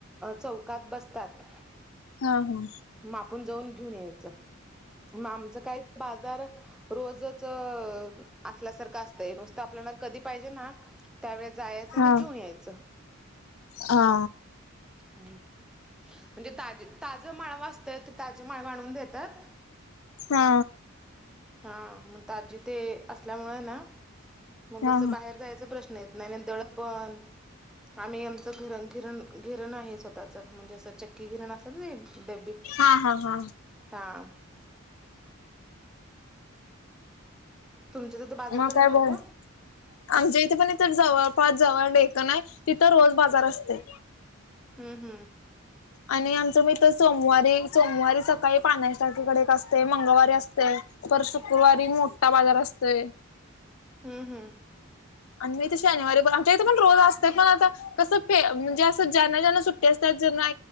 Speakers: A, in the centre; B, on the left (about 75°).
A: चौकात बसतात.
B: हा हा हा
A: मापून जाऊन घेऊन यायचं. मग आमचं काय, बाज रोजच असल्यासारखं असतं नुसतं, आपल्याला कधी पाहिजे ना. त्यावेळेला जायचं
B: हा.
A: आणि घेऊन
B: हा.
A: यायचं.
B: हा.
A: हं, म्हणजे ताजं-ताजं माळ असतंय ते, ताजं माळव आणून देतात.
B: हा.
A: हा, मग ताजी ते असल्यामुळे ना, मग
B: हा
A: असं बाहेर जायचं प्रश्न दडपण आम्ही आमचं घर घिरण घिरण आहे स्वतःच, म्हणजे असं चक्की घिरण असतं, डब्बी.
B: हा हा हा.
A: हा. तुमच्या तिथं बाजार
B: मग
A: कधी
B: काय
A: भरतो
B: बरं, आमच्या इथे पण इथं जवळ, पाच जवळ डेक्कन आहे, तिथं रोज बाजार असतो.
A: हम्म, हम्म.
B: आणि आमचं मित्र सोमवारी, सोमवारी सकाळी पानास टेकडे असते. मंगळवारी असते. तर शुक्रवारी मोठा बाजार असतोय.
A: हम्, हम्.
B: आणि मी तर शनिवारी पाचच्या इथे पण रोज असते, पण आता. कसं म्हणजे, असं ज्यांना-ज्यांना सुट्टी असते, ज्यांना